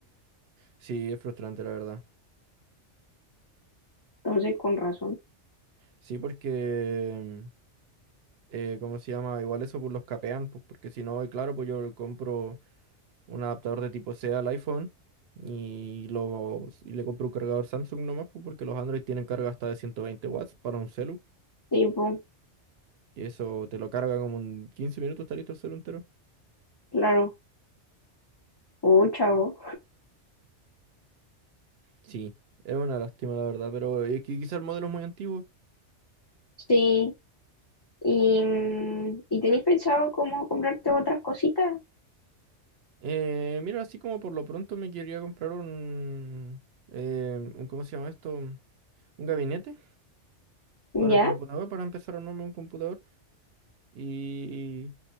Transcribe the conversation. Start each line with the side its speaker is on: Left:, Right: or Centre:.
Right: Sí, es frustrante, la verdad.
Left: Entonces, con razón.
Right: Sí, porque, eh, ¿cómo se llama? Igual eso pues los capean, pues, porque si no, y claro, pues yo le compro un adaptador de tipo C al iPhone y, los, y le compro un cargador Samsung nomás, pues, porque los Android tienen carga hasta de 120 watts para un celu.
Left: Tipo,
Right: Y eso te lo carga como en 15 minutos, está listo el celu entero.
Left: claro. Oh, chavo.
Right: Sí, es una lástima, la verdad, pero eh, qui- quizá el modelo es muy antiguo.
Left: Sí. ¿Y, mm, ¿y tenéis pensado cómo comprarte otras cositas?
Right: Eh, mira, así como por lo pronto me quería comprar un, eh, un ¿cómo se llama esto? ¿Un gabinete?
Left: ¿Ya?
Right: para computador, para empezar a armarme un computador. Y,